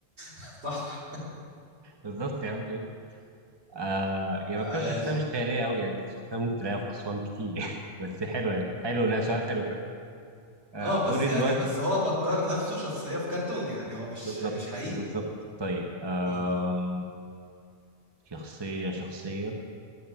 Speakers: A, on the right; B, on the right.
A: صح
B: بالظبط يا عم أيوة. آه يا بكار
A: عاش
B: شخصية مش خيالية أوي يعني شخصية ممكن تلاقيها في أسوان كتير يعني <laughs> بس حلو يعني حلو لا سؤال حلو آه،
A: اه
B: دوري
A: بس يعني
B: دلوقتي
A: بس هو بكر نفسه شخصية في كرتون يعني هو مش
B: بالظبط
A: مش حقيقي
B: بالظبط
A: يعني
B: طيب آه،
A: امم
B: شخصية شخصية